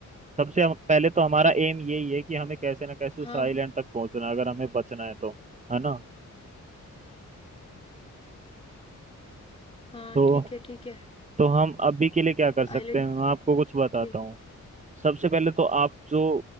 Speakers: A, on the right; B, on the left.
A: सबसे हम- पहले तो हमारा एम यही है कि हमें कैसे ना कैसे उस
B: हाँ
A: आइलैंड तक पहुंचना है अगर हमें बचना है तो है ना
B: हाँ
A: तो
B: ठीक है ठीक है
A: तो हम अभी के लिए क्या कर सकते
B: आइलैंड
A: हैं मैं आपको कुछ बताता
B: ठीक
A: हूँ सबसे पहले तो आप जो